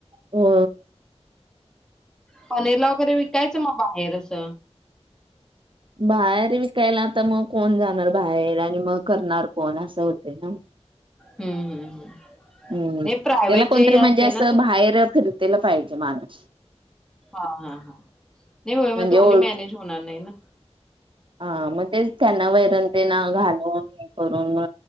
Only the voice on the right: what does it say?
हो
बाहेर विकायला आता मग कोण जाणार बाहेर आणि मग करणार कोण असं होत ना
हम्म
कोणतरी
म्हणजे
असं
बाहेर फिरतेला त्याला पाहिजे माणूस
म्हणजे
ओळ
हा मग तेच त्यांना वैर ते ना घालून हे करून